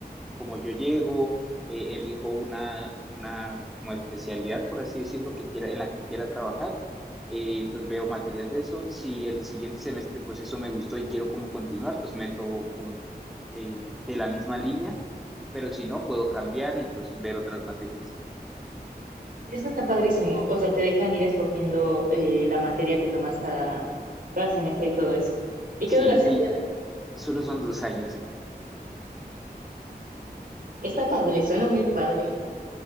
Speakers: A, in the centre; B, on the right.
A: Como yo llego, eh, elijo una, una como especialidad, por así decirlo, que quiera, en la que quiera trabajar, eh, pues veo materias de eso. Si el siguiente semestre pues eso me gustó y quiero como continuar, pues meto como eh, de la misma línea, pero si no, puedo cambiar y pues ver otras materias.
B: Eso está padrísimo. O sea, te dejan ir escogiendo eh, la materia que tomas cada, cada semestre y todo eso. ¿Y
A: Sí,
B: qué duración
A: y
B: tiene?
A: solo son dos años.
B: Está padre, suena muy padre.